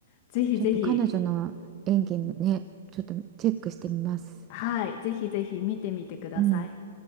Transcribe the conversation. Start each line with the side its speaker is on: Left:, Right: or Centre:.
Left: ぜひぜひ、
Right: ちょっと彼女の演技ね、ちょっとチェックしてみます。
Left: はい、ぜひぜひ見てみてください。
Right: うん。